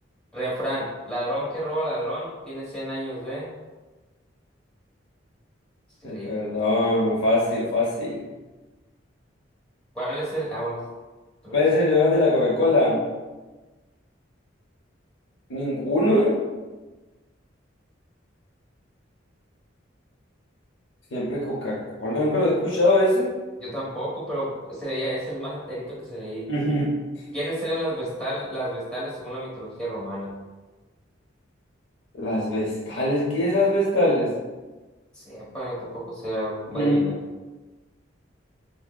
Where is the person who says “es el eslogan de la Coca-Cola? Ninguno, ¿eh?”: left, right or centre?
Left